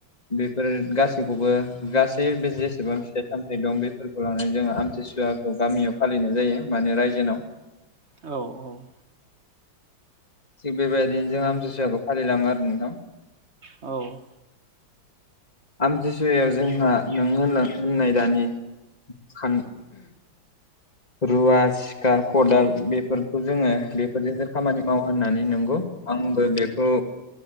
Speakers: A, on the left; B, on the right.
A: बेफोर गासैखौबो गासै बे जेसेबां फिथाइ सामथाय दं बेफोर लानानै जोङो आमथिसुवाखौ गामियाव फालिनाय जायो। माने रायजोनाव
B: औ औ
A: थिग बेबायदिनो जों आम जुसुवखौ फालिलाङो आरो नोंथां।
B: औ
A: आमथिसुवायाव जोंहा नों होननाय दानि खान रुवा, सिखा, खदाल बेफोरखौ जोङो बेफोरजों जों खामानि मावा होननानै नंगौ आंबो बेखौ